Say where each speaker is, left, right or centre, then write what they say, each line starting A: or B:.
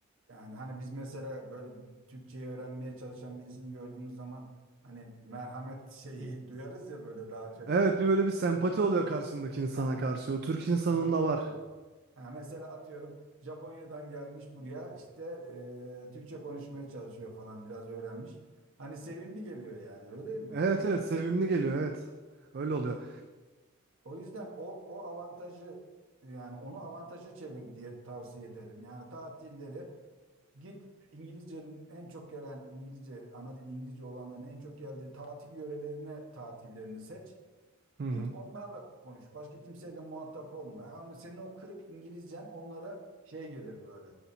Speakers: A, on the right; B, on the right.
A: Yani hani biz mesela böyle Türkçeyi öğrenmeye çalışan birisini gördüğümüz zaman hani merhamet şeyi <laughs> duyarız ya böyle daha çok.
B: Evet bir böyle bir sempati oluyor karşındaki insana
A: Ha,
B: karşı. O Türk insanında
A: sempati.
B: var.
A: oluyor. Ha, mesela atıyorum Japonya'dan gelmiş buraya işte e, Türkçe konuşmaya çalışıyor falan biraz öğrenmiş. Hani sevimli geliyor yani öyle değil mi?
B: Evet evet sevimli geliyor evet. Öyle oluyor.
A: O yüzden o, o avantajı yani onu avantaja çevir diye tavsiye ederim. Yani tatilleri Git İngilizcenin en çok gelen İngilizce, ana dili İngilizce olanların en çok geldiği tatil yörelerine tatillerini seç.
B: Hı hı.
A: Git onlarla konuş. Başka kimseyle muhatap olma. Yani senin o kırık İngilizcen onlara şey gelir böyle.